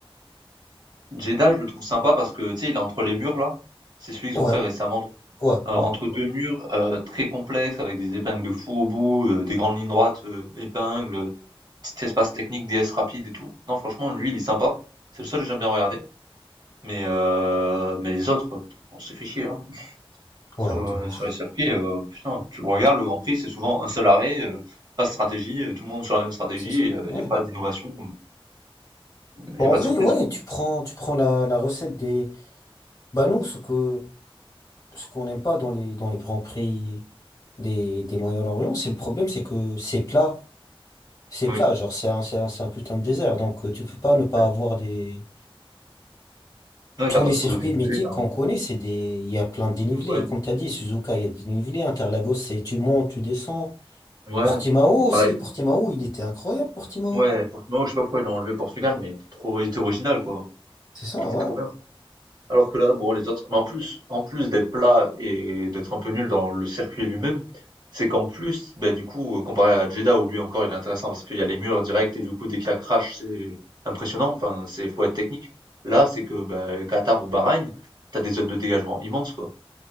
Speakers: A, on the right; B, on the left.
A: Jeddah, je le trouve sympa parce que, tu sais, il est entre les murs, là. C'est celui qu'ils
B: Ouais,
A: ont fait récemment.
B: ouais,
A: Euh, entre
B: ouais,
A: deux murs euh, très complexes, avec des épingles de fou au bout, euh, des grandes lignes droites, euh, épingles, petit espace technique, D s rapide et tout. Non, franchement, lui, il est sympa. C'est le seul que j'aime bien regarder. Mais, euh, mais les autres, on s'est fait chier, hein.
B: ouais,
A: Sur, heu,
B: de ouf.
A: sur les circuits, heu, putain, tu le regardes, le Grand Prix, c'est souvent un seul arrêt, heu, pas de stratégie, heu, tout le monde sur la même stratégie
B: C'est ça, ouais.
A: il y a pas d'innovation, il
B: Bon,
A: y a pas
B: en vrai,
A: de surprise,
B: ouais,
A: quoi.
B: tu prends, tu prends la, la recette des... Bah non, ce que, ce qu'on n'aime pas dans les, dans les grands prix des, des Moyen-Orient, c'est le problème, c'est que c'est plat. C'est
A: Oui,
B: plat, genre c'est un, c'est un, c'est un putain de désert. Donc euh, tu peux pas ne pas
A: ouais.
B: avoir des...
A: Ouais,
B: Tous
A: tu pas
B: les circuits
A: trop de dénivelé,
B: mythiques
A: tu rien.
B: qu'on connaît, c'est des... Il y a plein de dénivelés.
A: Ouais,
B: Comme t'as dit, Suzuka, il y a des dénivelés. Interlagos, c'est tu montes, tu descends.
A: ouais,
B: Portimao aussi.
A: pareil.
B: Portimao, il était incroyable, Portimao.
A: Ouais, Portimao, je sais pas pourquoi ils l'ont enlevé le Portugal, mais il était trop il était original, quoi.
B: C'est ça,
A: Il était
B: ouais.
A: trop bien. Alors que là, bon, les autres, mais en plus, en plus d'être plat et d'être un peu nul dans le circuit lui-même, c'est qu'en plus, ben, du coup, comparé à Jeddah, où lui encore il est intéressant parce qu'il y a les murs directs et du coup, dès qu'il y a crash, c'est impressionnant. Enfin, c'est, faut être technique. Là, c'est que, ben, Qatar ou Bahreïn, t'as des zones de dégagement immenses, quoi.